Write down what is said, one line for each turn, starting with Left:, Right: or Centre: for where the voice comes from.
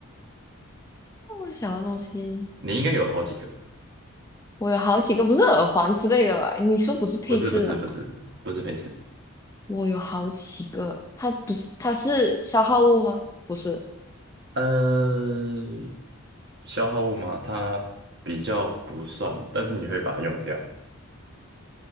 Left: 这么小的东西。
Right: 你应该有好几个，
Left: 我有好几个，不是耳环之类的吧？你说不是配饰的，
Right: 不是不是不是不是配饰，
Left: 我有好几个。它不是，它是消耗物吗？不是，
Right: 呃，消耗物嘛，它比较不算，但是你会把它用掉，